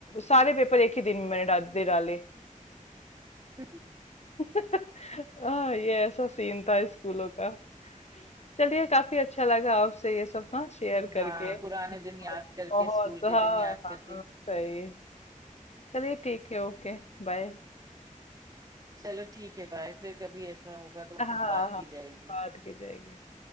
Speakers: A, on the left; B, on the right.
A: सारे पेपर एक ही दिन में मैंने डाल दे डाले
B: <laughs>
A: <laughs> हाँ ये ऐसा सीन था स्कूलों का चलिए
B: हम्म।
A: काफी अच्छा लगा आपसे ये सब ना शेयर करके
B: हाँ
A: बहुत
B: पुराने दिन याद करके
A: बहुत
B: स्कूल के
A: हाँ
B: दिन याद
A: हाँ
B: करके
A: सही चलिए ठीक है ओके बाय
B: चलो ठीक है बाय फिर कभी ऐसा होगा तो
A: हाँ
B: बात
A: हाँ
B: की जाएगी
A: बात की जाएगी